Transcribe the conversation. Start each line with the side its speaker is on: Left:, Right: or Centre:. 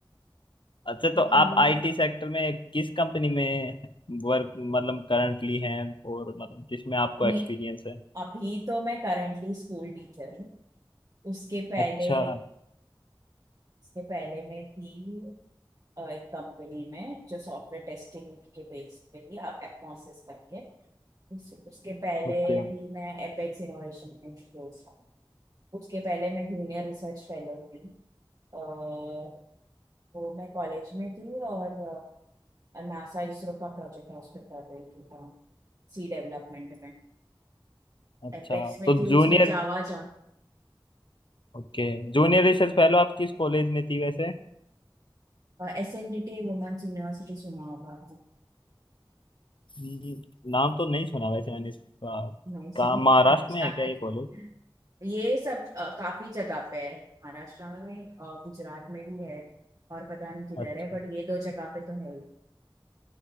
Left: अच्छा तो
Right: कि
Left: आप आईटी सेक्टर में किस कंपनी में वर्क मतलब करंटली हैं और मतलब जिसमें आपको
Right: नहीं
Left: एक्सपीरियंस है
Right: अभी तो मैं करंटली स्कूल टीचर हूँ उसके पहले
Left: अच्छा
Right: उसके पहले मैं थी अ, एक कंपनी में जो सॉफ्टवेयर टेस्टिंग के बेस पे थी एटमॉसिस करके उस, उसके पहले
Left: ओके
Right: भी मैं एपेक्स इनोवेशन में थी दो साल उसके पहले मैं जूनियर रिसर्च फेलो थी अ, वो मैं कॉलेज में थी और नासा इसरो का प्रोजेक्ट है उस पर कर रही थी काम सी डेवलपमेंट में
Left: अच्छा
Right: एपेक्स में
Left: तो
Right: थी
Left: junior
Right: उसमें जावा जा
Left: okay Junior research fellow आप किस कॉलेज में थी वैसे
Right: एस एन डी टी वुमेन्स यूनिवर्सिटी सुना होगा
Left: हम्म, नाम तो नहीं सुना वैसे मैंने इसका
Right: नहीं
Left: कहाँ
Right: सुन
Left: महाराष्ट्र
Right: <laughs>
Left: में है क्या ये कॉलेज
Right: ये सब अ, काफी जगह पे है महाराष्ट्र में और गुजरात में भी है और पता नहीं किधर
Left: अच्छा
Right: है बट ये दो जगह पे तो है ही